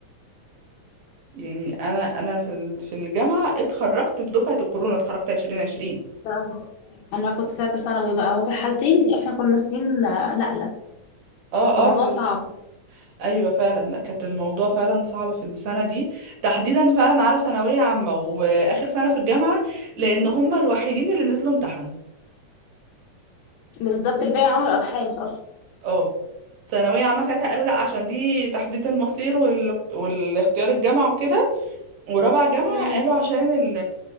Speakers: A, on the right; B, on the left.
A: يعني انا انا في ال- في الجامعة اتخرجت في دفعة الكورونا اتخرجت 2020
B: آه. انا كنت ثالثه ثانوي بقى وفي الحالتين احنا كنا سنين آه، نقله
A: اه
B: فالموضوع
A: اه في
B: صعب
A: ايوه فعلا لا كانت الموضوع فعلا صعب في السنه دي تحديدا فعلا على ثانويه عامه واخر سنه في الجامعه لان هم الوحيدين اللي نزلوا امتحنوا
B: بالظبط الباقي عملوا ابحاث اصلا
A: اه ثانوية عامة ساعتها قالوا لا عشان دي تحديد المصير وال... والاختيار الجامعة وكده ورابعة جامعة
B: امم
A: قالوا عشان ال...